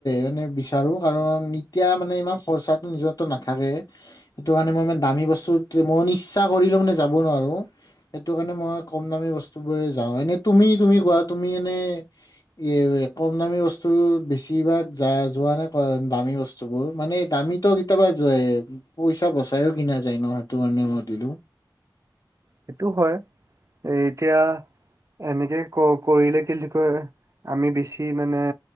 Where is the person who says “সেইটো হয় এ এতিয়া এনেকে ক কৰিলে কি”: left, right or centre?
Right